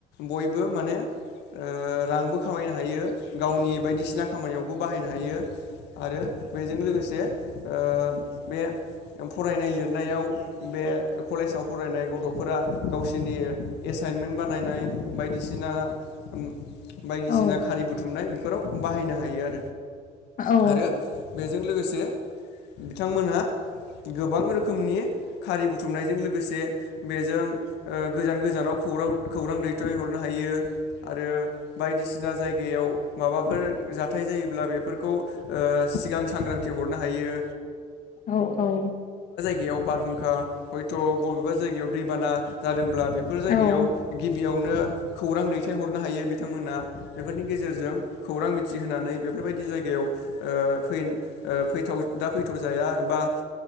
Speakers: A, on the left; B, on the left.
A: बयबो माने ओ रांबो खामायनो हायो गावनि बायदिसिना खामानियावबो बाहायनो हायो। आरो बेजों लोगोसे ओ बे फरायनाय लिरनायाव बे कलेजाव फरायनाय गथ'फोरा गावसिनि एस साइनमेन्ट बानायनाय बायदिसिना उम बायदिसिना
B: औ
A: खारि बुथुमनाय बेफोराव बाहायनो हायो आरो।
B: औ।
A: आरो बेजों लोगोसे बिथांमोनहा गोबां रोखोमनि खारि बुथुमनायजों लोगोसे बेजों ओ गोजान गोजानाव खौरा-खौरां दैथायहरनो हायो। आरो बायदिसिना जायगायाव माबाफोर जाथाय जायोब्ला बेफोरखौ ओ सिगां सांग्रांथि हरनो हायो।
B: औ औ।
A: याव बारहुंखा हयथ बबेबा जायगायाव दैबाना जादोंब्ला बेफोर जायगायाव
B: औ
A: गिब बेयावनो खौरां दै थायहरनो हायो बिथांमोनहा बेफोरनि गेजेरजों खौरां मिथिहोनानै बेफोरबायदि जायगायाव ओ ओ फै ओ फैथाव दा फैथ'जाया बा